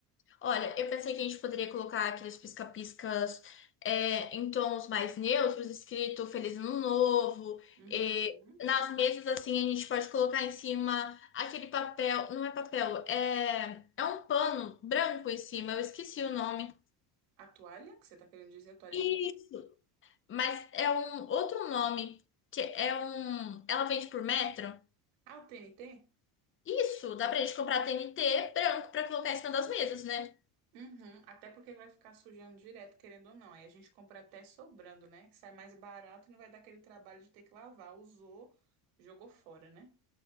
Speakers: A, on the left; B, on the right.
A: Olha, eu pensei que a gente poderia colocar aqueles pisca-piscas é, em tons mais neutros, escrito Feliz Ano Novo.
B: Uhum.
A: E nas mesas, assim, a gente pode colocar em cima aquele papel. Não é papel, é, é um pano branco em cima, eu esqueci o nome.
B: A toalha, que você tá querendo dizer a toalha
A: Isso.
B: de mesa?
A: Mas é um outro nome que é um. Ela vende por metro?
B: Ah, o TNT?
A: Isso, dá pra gente comprar TNT branco pra colocar em cima das mesas, né?
B: Uhum. Até porque vai ficar sujando direto, querendo ou não. Aí a gente compra até sobrando, né? Sai mais barato e não vai dar aquele trabalho de ter que lavar. Usou, jogou fora, né?